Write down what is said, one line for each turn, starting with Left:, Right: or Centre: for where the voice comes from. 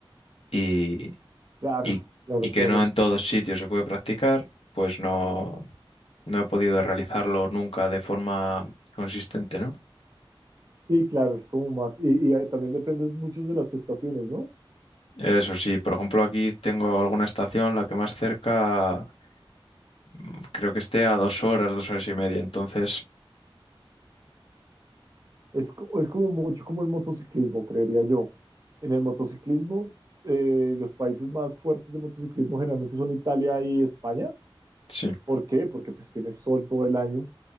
Left: Y,
Right: Claro,
Left: y,
Right: claro,
Left: y que
Right: claro.
Left: no en todos sitios se puede practicar, pues no, no he podido realizarlo nunca de forma consistente, ¿no?
Right: Y claro, es como más, y, y, eh, también dependes mucho de las estaciones, ¿no?
Left: Eso sí, por ejemplo, aquí tengo alguna estación, la que más cerca, mm, creo que esté a dos horas, dos horas y media. Entonces,
Right: Es, co- es como mucho como el motociclismo, creería yo. En el motociclismo, eh, los países más fuertes de motociclismo generalmente son Italia y España.
Left: sí.
Right: ¿Por qué? Porque pues tienes sol todo el año,